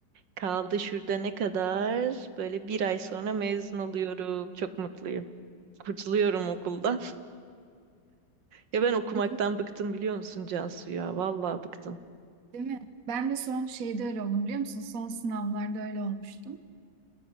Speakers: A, on the right; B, on the right.
A: Kaldı şurada ne kadar? Böyle bir ay sonra mezun oluyorum. Çok mutluyum. Kurtuluyorum okuldan. <laughs> Ya ben okumaktan
B: <laughs>
A: bıktım biliyor musun Cansu ya? Vallahi bıktım.
B: Değil mi? Ben de son şeyde öyle oldum biliyor musun? Son sınavlarda öyle olmuştum.